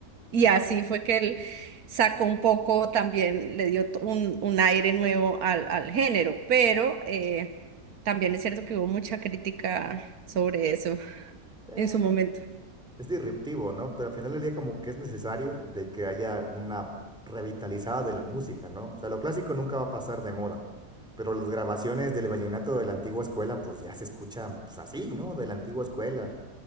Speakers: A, on the right (about 70°); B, in the centre.
A: Y
B: Va.
A: así fue que él sacó un poco, también le dio t- un, un aire nuevo al, al género, pero eh, también es cierto que hubo mucha crítica sobre eso
B: Eh,
A: en su momento.
B: es disruptivo, ¿no? Pero al final del día como que es necesario de que haya una revitalizada de la música, ¿no? O sea, lo clásico nunca va a pasar de moda, pero las grabaciones del vallenato de la antigua escuela pues ya se escuchan pues así, ¿no? De la antigua escuela.